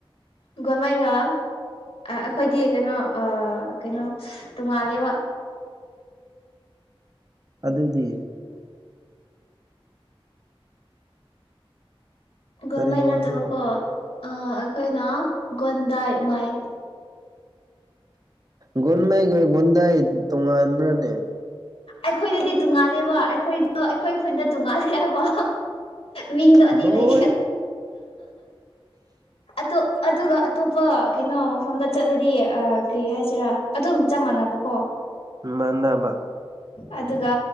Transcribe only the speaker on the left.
ꯒꯣꯟꯃꯩ ꯒ ꯑꯥ ꯑꯩꯈꯣꯏꯗꯤ ꯀꯩꯅꯣ ꯑꯥ ꯀꯩꯅꯣ ꯇꯣꯉꯥꯜꯂꯦꯕ
ꯒꯣꯟꯃꯩ
ꯅꯠꯇꯕꯀꯣ ꯑꯩꯈꯣꯏꯅ ꯒꯣꯟꯗꯥꯏ ꯃꯥꯏ
ꯑꯩꯈꯣꯏꯗꯗꯤ ꯇꯣꯡꯉꯥꯜꯂꯦꯕ ꯑꯩꯈꯣꯏꯗ ꯑꯩꯈꯣꯏ ꯈꯨꯟꯗ ꯇꯣꯡꯉꯥꯜꯂꯦꯕ ꯃꯤꯡꯗꯣ ꯑꯅꯤ
ꯂꯩꯌꯦ ꯑꯣ ꯑꯗꯨꯒꯒ ꯑꯇꯣꯞꯄ ꯀꯩꯅꯣ ꯃꯐꯝꯗ ꯆꯠꯂꯗꯤ ꯀꯩ ꯍꯥꯏꯁꯤꯔꯥ ꯑꯗꯨꯝ ꯆꯞ ꯃꯥꯟꯅꯕꯀꯣ
ꯑꯗꯨꯒ